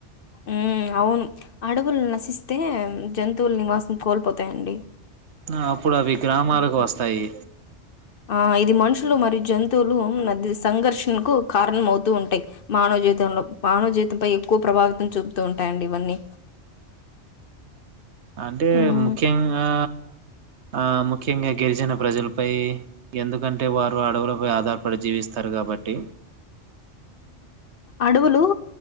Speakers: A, on the left (about 55°); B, on the right (about 70°).
A: ఉమ్మ్ అవును అడవులు నశిస్తే జంతువులు నివాసం కోల్పో తాయండీ
B: ఆ అప్పుడు అవి గ్రామాలకు వస్తాయి
A: ఆ ఇది మనుషులు మరియు జంతువులు మధ్య సంఘర్షణకు కారణం అవుతూ ఉంటాయి మానవ జీవితం లో మానవ జీవితంపై ఎక్కువ ప్రభావితం చూపుతూ ఉంటాయండి ఇవన్నీ
B: అంటే
A: హ్మ్.
B: ముఖ్యంగా ఆ ముఖ్యంగా గిరిజన ప్రజలపై ఎందుకంటే వారు అడవులపై ఆధారపడి జీవి స్తారు కాబట్టి
A: అడువులు